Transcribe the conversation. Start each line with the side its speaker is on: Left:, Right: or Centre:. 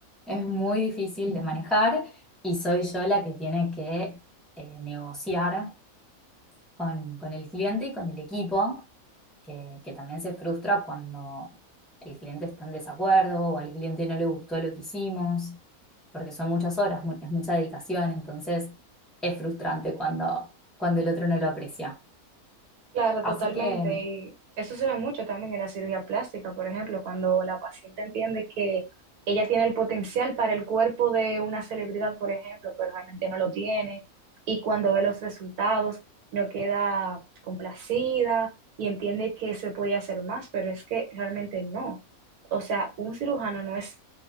Centre: es muy difícil de manejar y soy yo la que tiene que eh, negociar con, con el cliente y con el equipo, que, que también se frustra cuando el cliente está en desacuerdo o al cliente no le gustó lo que hicimos, porque son muchas horas, mu- es mucha dedicación, entonces es frustrante cuando, cuando el otro no lo aprecia.
Right: Claro,
Centre: Así
Right: totalmente.
Centre: que
Right: Y eso se ve mucho también en la cirugía plástica, por ejemplo, cuando la paciente entiende que ella tiene el potencial para el cuerpo de una celebridad, por ejemplo, pero realmente no lo tiene, y cuando ve los resultados no queda complacida y entiende que se podía hacer más, pero es que realmente no. O sea, un cirujano no es,